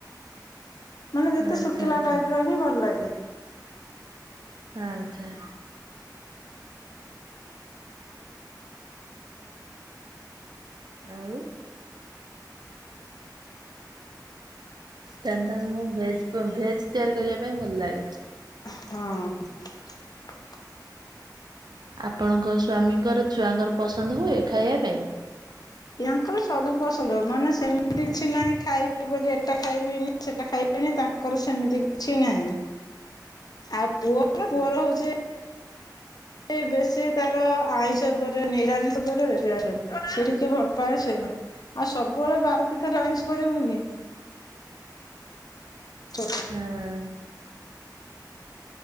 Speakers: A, on the left; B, on the right.
A: ମାନେ ଯେତେ
B: ଆଚ୍ଛା
A: ଶୁଖିଲା
B: ଆଚ୍ଛା
A: ଟାଇପ୍ ର ହିଁ ଭଲ ଲାଗେ।
B: ଆଚ୍ଛା। ଆଉ। ତାହେଲେ ତାଙ୍କୁ ଭେଜ ଭେଜ ତିଆରି କରିବା ପାଇଁ ଭଲ ଲାଗେ।
A: ହଁ।
B: ଆପଣଙ୍କ ସ୍ୱାମୀଙ୍କର ଛୁଆଙ୍କର ପସନ୍ଦ ହୁଏ ଖାଇବା ପାଇଁ।
A: ୟାଙ୍କର ସବୁ ପସନ୍ଦ ମାନେ ସେମିତି କିଛି ନାହିଁ ଖାଇବି ବୋଲି ଏଟା ଖାଇବିନି ସେଟା ଖାଇବି। <unintelligible> ତାଙ୍କର ସେମିତି କିଛି ନାହିଁ। ଆଉ ପୁଅର
B: ଆଚ୍ଛା
A: ପୁଅର ହଉଛି ସେ ବେଶୀ ତାର ଆଇଁଷ ଉପରେ ନିରାମିଷ ଉପରେ ବେଶୀ ଆ ସେ ଟିକେ ଭଲ ପାାଏ ସେଇ। ଆଉ ସବୁବେଳେ ବାରତୀର୍ଥରେ ଆଇଁଷ କରିବୁ କି? ଛୋଟ
B: ହଁ।